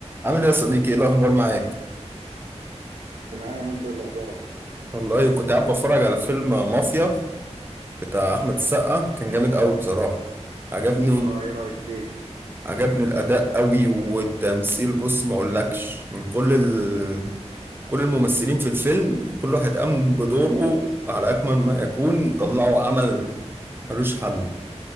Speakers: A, on the right; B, on the right.
A: عامل ايه يا صديقي ايه الاخبار معاك
B: تمام انت ايه الاخبار
A: والله كنت قاعد بتفرج على فيلم مافيا بتاع احمد السقا كان جامد قوي بصراحه عجبني
B: اه ايه رايك فيه
A: عجبني الاداء قوي والتمثيل بص ما اقولكش من كل ال... كل الممثلين في الفيلم كل واحد قام بدوره على اكمل ما يكون طلعوا عمل ملوش حل